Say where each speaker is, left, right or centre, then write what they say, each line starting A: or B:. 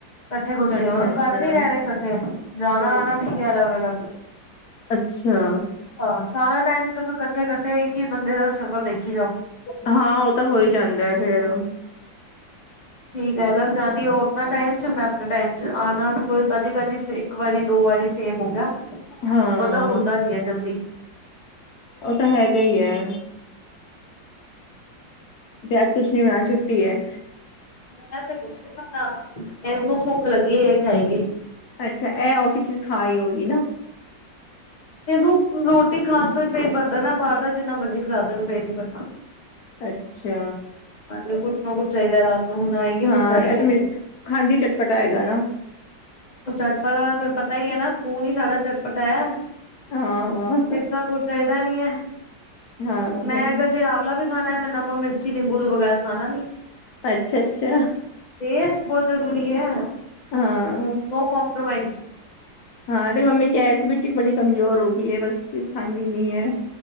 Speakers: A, on the left; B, on the left.
A: ਇਕੱਠੇ ਕੁਛ ਨੀ
B: ਅੱਛਾ-ਅੱਛਾ।
A: ਘਰ ਨੀ ਰਹਿ ਰਹੇ ਇਕੱਠੇ ਜਾਣਾ
B: ਅੱਛਾ,
A: ਆਉਣਾ ਠੀਕ ਹੈ ਅਲੱਗ, ਅਲੱਗ
B: ਅੱਛਾ।
A: ਆਹ ਸਾਰਾ ਟਾਈਮ ਤਾਂ ਫਿਰ ਇਕੱਠੇ, ਇਕੱਠੇ ਕਿ ਬੰਦੇ ਦਾ ਸਟਰਗਲ ਦੇਖੀ ਜਾਓ।
B: ਹਾਂ ਉਹ ਤਾਂ ਹੋ ਹੀ ਜਾਂਦਾ ਹੈ ਫੇਰ
A: ਠੀਕ ਹੈ, ਅਲੱਗ ਜਾਣ ਉਹ ਆਪਣਾ ਟਾਈਮ ਚ ਮੈਂ ਆਪਣੇ ਟਾਈਮ ਚ ਆਣਾ ਕੋਈ ਕਦੀ, ਕਦੀ ਇੱਕ ਵਾਰੀ ਦੋ ਵਾਰੀ ਸੇਮ ਹੋ ਗਿਆ।
B: ਹਾਂ,
A: ਉਹਦਾ ਹੁੰਦਾ ਨੀ ਹੈ ਜਲਦੀ।
B: ਉਹ ਤਾਂ ਹੈਗਾ ਹੀ ਹੈ। ਅੱਛਾ ਅੱਜ ਕੁਛ ਨੀ ਬਣਾਣਾ ਛੁੱਟੀ ਹੈ।
A: ਮੈਂ ਤੇ ਕੁਛ ਨੀ ਖਾਣਾ ਇਹਨੂੰ ਭੁੱਖ ਲੱਗੀ ਇਹ ਖਾਏਗੀ
B: ਅੱਛਾ ਇਹ ਔਫਿਸ ਚ ਖਾਈ ਹੋਏਗੀ ਨਾ
A: ਇਹਨੂੰ ਰੋਟੀ ਖਾਣ ਤੋਂ ਹੀ ਪੇਟ ਭਰਦਾ ਨਾ ਬਾਹਰ ਦਾ ਜਿੰਨਾ ਮਰਜ਼ੀ ਖਿਲਾਦੋ ਪੇਟ ਨੀ ਭਰਦਾ
B: ਅੱਛਾ
A: ਹਾਂ ਕੁਛ ਨਾ ਕੁੱਛ ਚਾਹੀਦਾ ਰਾਤ ਨੂੰ ਹੁਣ ਆਏਗੀ
B: ਹਾਂ
A: ਹੁਣ ਖਾਏਗੀ।
B: ਇਹ ਤੇ ਮ
A: ਉਹ
B: ਖਾਂਦੀ ਚਟਪਟਾ ਹੈਗਾ ਨਾ
A: ਉਹ ਚਟਪਟ ਦਾ ਪਤਾ ਹੀ ਹੈ ਨਾ ਖੂਨ ਹੀ ਸਾਡਾ ਚਟਪਟਾ ਹੈ
B: ਹਾਂ
A: ਫਿੱਰ ਤਾਂ ਕੁਛ ਚਾਹੀਦਾ ਨੀ ਹੈ
B: ਹਾਂ
A: ਮੈਂ ਗ ਜੇ ਆਵਲਾ ਵੀ ਖਾਣਾ ਮੈਂ ਨਮਕ ਮਿਰਚੀ ਨਿੰਬੂ ਤੋਂ ਬਗੈਰ ਖਾਣਾ ਨੀ
B: ਅੱਛਾ ਅੱਛਾ
A: ਟੇਸਟ ਬਹੁਤ ਜ਼ਰੂਰੀ ਹੈ
B: ਹਾਂ
A: ਨੋ ਕੋੰਪ੍ਰੋਮਾਈਜ਼
B: ਹਾਂ ਤੇਰਿ ਮੰਮੀ ਕਹ ਰਹੀ ਸੀ ਵਿੱਟੀ ਬੜੀ ਕਮਜ਼ੋਰ ਹੋ ਗਈ ਹੈ ਬਸ ਕੁਛ ਖਾਂਦੀ ਨੀ ਹੈ